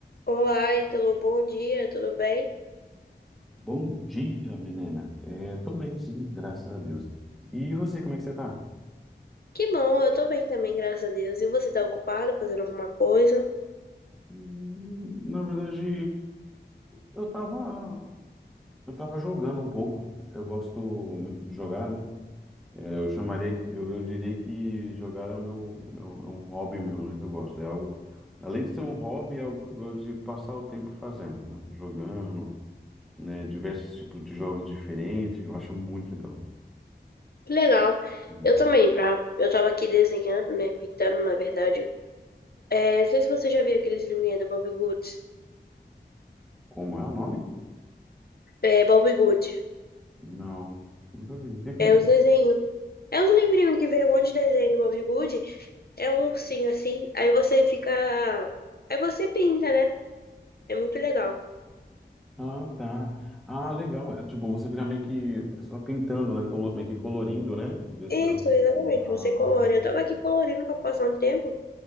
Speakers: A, on the left; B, in the centre.
A: Olá, Ítalo, bom dia, tudo bem?
B: Bom dia, Milena. É, tô bem, sim, graças a Deus. E você, como é que você tá?
A: Que bom, eu tô bem também, graças a Deus. E você tá ocupado fazendo alguma coisa?
B: Hum, Na verdade, eu tava, eu tava jogando um pouco. Eu gosto muito de jogar, né? É, eu chamaria, eu, eu diria que jogar é o meu, meu- é um hobby meu, né? Que eu gosto. É algo, além de ser um hobby, é algo que eu gosto de passar o tempo fazendo, né? Jogando, né? Diversos tipos de jogos diferentes. Eu acho muito legal.
A: Que legal.
B: né?
A: Eu também, pra... eu tava aqui desenhando, né, pintando, na verdade. É, não sei se você já viu aqueles livrinhos do Bob Goods.
B: Como é o nome?
A: É, Bob Good.
B: Não, nunca vi. O que que
A: É
B: é isso?
A: uns desenhos. É uns livrinhos que vem um monte de desenho do Bob Good. É um ursinho assim, aí você fica... Aí você pinta, né? É muito legal.
B: Ah, tá. Ah, legal. É, tipo, você fica meio que só pintando, né? Colo- Meio que colorindo, né? O desdão.
A: Isso, exatamente,
B: Ah,
A: você colore. Eu tava
B: sim.
A: aqui colorindo pra passar um tempo.